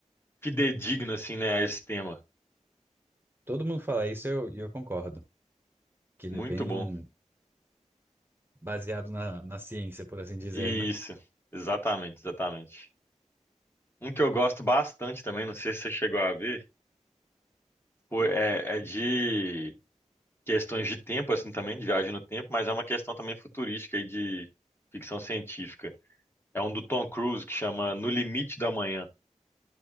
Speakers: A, on the left; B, on the right.
A: fidedigno, assim, né, a esse tema.
B: Todo mundo fala isso e eu, e eu concordo, que ele
A: Muito
B: é bem
A: bom.
B: baseado na, na ciência, por assim dizer,
A: Isso,
B: né?
A: exatamente, exatamente. Um que eu gosto bastante também, não sei se você chegou a ver, foi, é é de questões de tempo, assim, também, de viagem no tempo, mas é uma questão também futurística aí de ficção científica. É um do Tom Cruise que chama No Limite da Manhã.